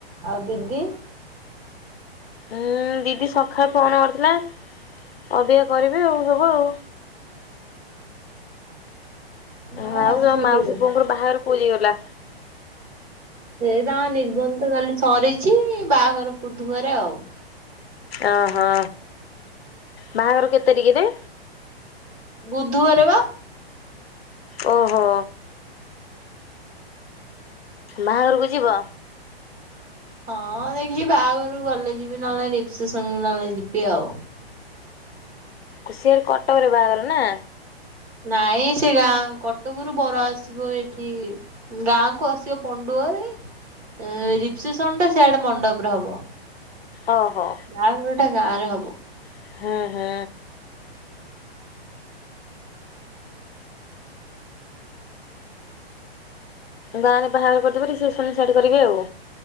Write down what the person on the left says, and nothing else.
ହୁଁ ଦିଦି ସକାଳୁ ଫୋନ କରିୁଥିଲା ଅବିକା କରିବି ଆଉ ସବୁ ଆଉ।
ଭାଉଜ
ମାଉସୀ
ପୁଅଙ୍କର ବାହାଗର ପୁରୀ ଗଲା?
ଓ ହୋ ବାହାଘର କେତେ ତାରିଖରେ?
ଓ ହୋ। ବାହାଘରକୁ ଯିବ?
ଖୁସି ଭାରି କଟକରେ ବାହାଘର ନା?
ଓ ହୋ।
<unintelligible> ଗାଁ ରେ ବାହାର କରିଦେବେ ରିସେପ୍ସନ ସାଡେ କରିବେ ଆଉ।